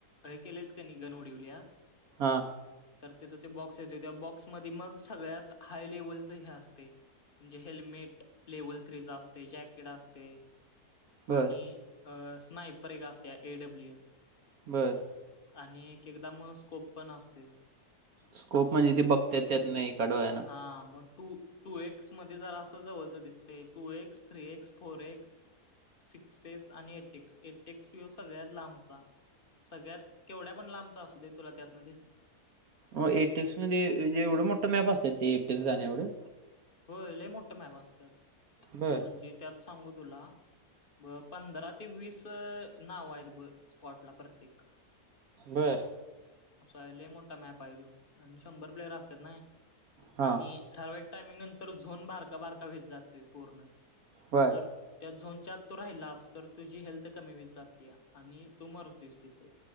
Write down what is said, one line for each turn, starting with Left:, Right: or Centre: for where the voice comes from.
Left: अ केलेस का नि गण उडीवलीस.
Right: हा.
Left: तर तिथ ते बॉक्स येते त्या बॉक्समध्ये मग सगळ्यात हाय लेवलच हे असते म्हणजे हेल्मेट लेव्हल थ्रीचा असते जॅकेट असते
Right: बर
Left: आणि अ स्नायपर एक असत्या एडब्ल्यू एम.
Right: बरं
Left: आणि एक एकदा म स्कोप पण असते
Right: स्कोप म्हणजे ते बघते त्यात नाही काढवाय ना
Left: हा मो टू टू एक्स मध्ये जर असं जवळच दिसते two x three x four x sixes आणि एटेक्स एटेक्स हि सगळ्यात लांबचा सगळ्यात केवढ्या पण लांबचा असू दे तुला त्यातनं दिसणार
Right: मग एटेक्स मध्येजे एवढं मोठं मॅप असतात ते एटेक्स जाण्या एवढं
Left: हो लय मोठ्या मॅप असत
Right: बर
Left: म्हणजे त्यात सांगू तुला ब पंधरा ते वीस नाव आहेत ब स्पॉट ला प्रत्येक
Right: बर
Left: असं आहेल मोठा मॅप आहे त आणि शंभर प्लेयर असतात ना
Right: हा
Left: आणि ठरवायक टायमिंग नंतर झोन बारका बारका भेेत जातोय पूर्ण
Right: बर
Left: आणि जर त्या झोनच्या आत तू राहिलास तर तुझी हेल्थ कमीवीत जातीया आणि तू मरतोयस तिथं.